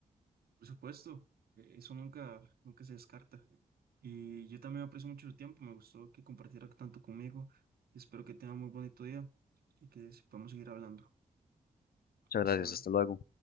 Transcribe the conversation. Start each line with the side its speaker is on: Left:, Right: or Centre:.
Right: Por supuesto, e- eso nunca, nunca se descarta. Y yo también aprecio mucho su tiempo, me gustó que compartiera tanto conmigo. Espero que tenga muy bonito día y que podamos seguir hablando.
Left: Muchas
Right: Hasta
Left: gracias,
Right: luego.
Left: hasta luego.